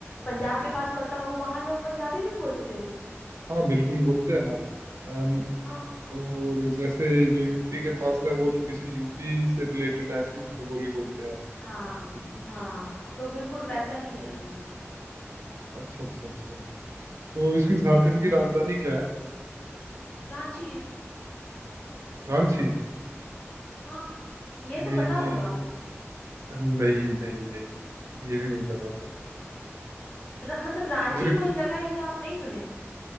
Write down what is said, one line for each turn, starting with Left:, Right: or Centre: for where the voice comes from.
Left: पंजाब के पास पड़ता होगा वहाँ लोग पंजाबी भी बोलते होंगे
Right: हाँ बिल्कुल बोलते हैं ना अन-
Left: हाँ
Right: और जैसे जो यूपी के पास है वो थोड़ी सी यूपी से रिलेटेड ऐसी थोड़ी बोली बोलते हैं हल्की
Left: हाँ
Right: फुल्की
Left: हाँ
Right: हाँ
Left: तो बिल्कुल वैसा
Right: हाँ,
Left: ही है हम लोगों का
Right: अच्छा अच्छा अच्छा तो इसकी झारखंड की राजधानी क्या है
Left: रांची है
Right: रांची
Left: हाँ ये
Right: ये
Left: तो पता होगा आपको
Right: नहीं नहीं नहीं ये भी नहीं पता था
Left: रा, मतलब रांची
Right: मेरे को
Left: कोई जगह है ये आप नहीं सुने